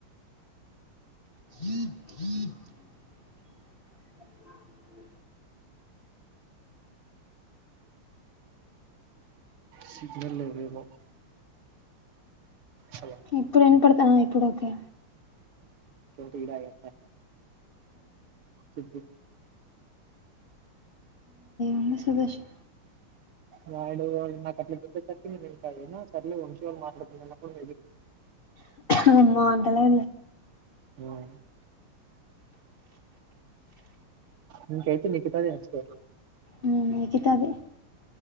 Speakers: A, on the left (about 55°); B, on the right (about 80°).
A: జిద్ జిత్ వర్షం సౌండ్
B: సిగ్నల్ లేదేమో హలో
A: ఇప్పుడు వినపడ్తోంది ఇప్పుడు ఒకే
B: టీ తాగే వస్తా చెప్పు
A: అంగ సంతోషం
B: నాయుడు వాళ్ళు నాకు అట్లా చేప్పేసరికి నేను ఇంకా సర్లే వంశవాళ్ళు మాట్లాడుతుందన్న కూడా
A: అన్నీ నీ మాటలే
B: అవును నంకాతే నికుతదే అస్తే
A: ఉ హు నికితదే